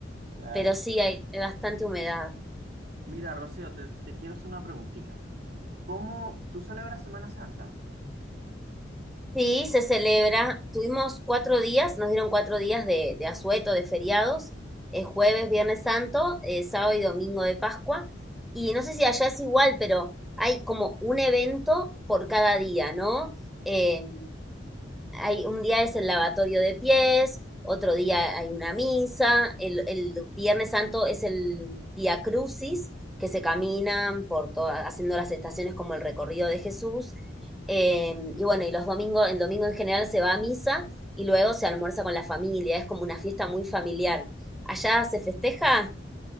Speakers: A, on the right; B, in the centre.
A: Claro,
B: pero sí
A: claro.
B: hay bastante humedad.
A: Mira, Rocío, te, te quiero hacer una preguntita. ¿Cómo tú celebras Semana Santa?
B: Sí, se celebra. Tuvimos cuatro días, nos dieron cuatro días de, de asueto, de feriados, eh, jueves, viernes santo, eh, sábado y domingo de Pascua. Y no sé si allá es igual, pero hay como un evento por cada día, ¿no? Eh, hay, un día es el lavatorio de pies, otro día hay una misa, el, el Viernes Santo es el Via Crucis, que se caminan por todas haciendo las estaciones como el recorrido de Jesús. eh, y bueno, y los domingos, el domingo en general se va a misa y luego se almuerza con la familia, es como una fiesta muy familiar. Allá se festeja,